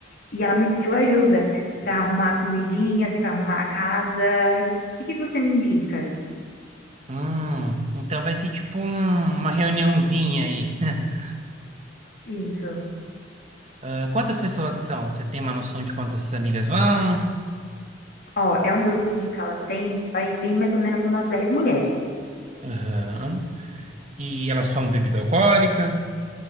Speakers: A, on the left; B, on the right.
A: E ela me pediu ajuda para arrumar comidinhas, para arrumar a casa. O que que você me indica?
B: Hum, então vai ser tipo um- uma reuniãozinha aí. <laughs>
A: Isso.
B: Ah, quantas pessoas são? Você tem uma noção de quantas amigas vão?
A: Ó, é um grupinho que elas têm, vai bem mais ou menos umas 10 mulheres.
B: Aham. E elas tomam bebida alcoólica?